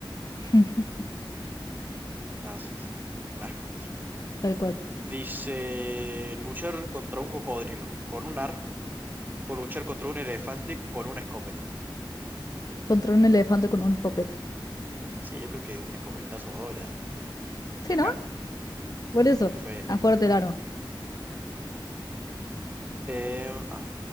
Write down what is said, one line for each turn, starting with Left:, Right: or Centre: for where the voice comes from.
Left: <laughs>
Right: Nada, sí, sí. Un asco el otro.
Left: Tal cual.
Right: Dice, luchar contra un cocodrilo con un arco o luchar contra un elefante con una escopeta.
Left: Contra un elefante con una escopeta.
Right: Sí, yo creo que un escopetazo oh, ya, ya
Left: Sí, ¿no?
Right: cae.
Left: Por eso,
Right: Creo que fue...
Left: a fuerte el arma.
Right: eh, ah,